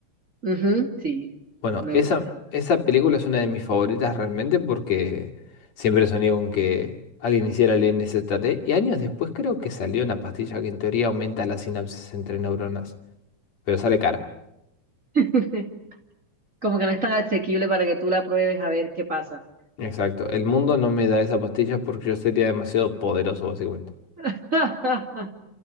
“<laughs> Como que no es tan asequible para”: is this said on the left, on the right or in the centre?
Right